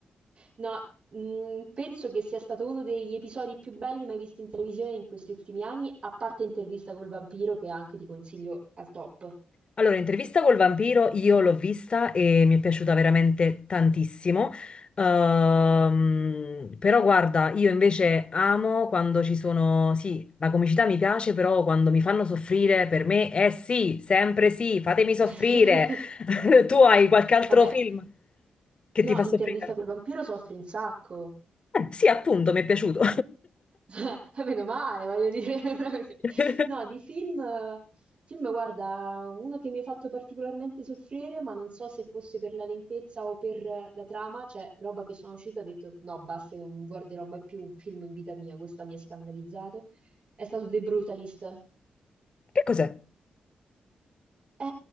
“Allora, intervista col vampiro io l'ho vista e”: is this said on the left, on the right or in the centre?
Left